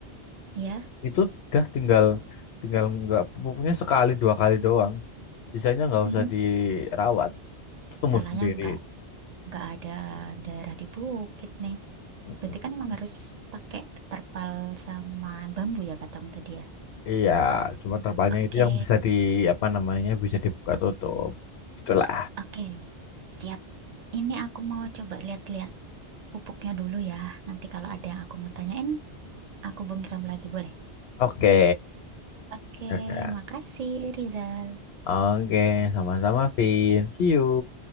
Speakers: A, on the right; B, on the left.
A: Ya.
B: itu udah tinggal tinggal nggak pupuknya sekali dua kali doang sisanya nggak
A: Mm-mm.
B: usah dirawat itu tumbuh
A: Salahnya
B: sendiri
A: nggak nggak ada daerah di bukit nih.
B: Mm-mm.
A: Berarti kan emang harus pakai terpal sama bambu ya katamu tadi ya.
B: iya cuma terpalnya
A: Oke,
B: itu yang bisa di apa namanya bisa dibuka tutup itulah
A: oke. Siap. Ini aku mau coba lihat-lihat. pupuknya dulu ya. Nanti kalau ada yang aku mau tanyain, aku hubungi kamu lagi, boleh?
B: oke
A: Oke,
B: Oke,
A: makasih Rizal.
B: Oke, sama-sama, Vin. See you.